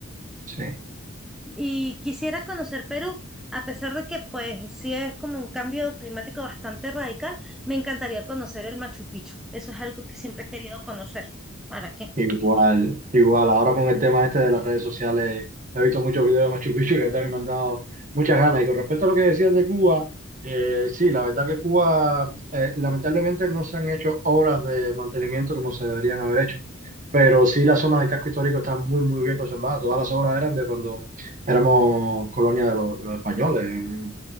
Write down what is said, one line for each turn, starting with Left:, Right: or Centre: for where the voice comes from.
Right: sí.
Centre: Y quisiera conocer Perú, a pesar de que pues sí es como un cambio climático bastante radical, me encantaría conocer el Machu Picchu. Eso es algo que siempre he querido conocer. ¿Para qué?
Right: Igual, igual, ahora con el tema este de las redes sociales, he visto muchos videos de Machu Picchu <laughs> y la verdad que me han dado muchas ganas. Y con respecto a lo que decías de Cuba, eh, sí, la verdad que Cuba, eh, lamentablemente no se han hecho obras de mantenimiento como se deberían haber hecho, pero sí la zona del casco histórico está muy, muy bien conservada. Todas las obras eran de cuando éramos colonia de los, de los españoles, en,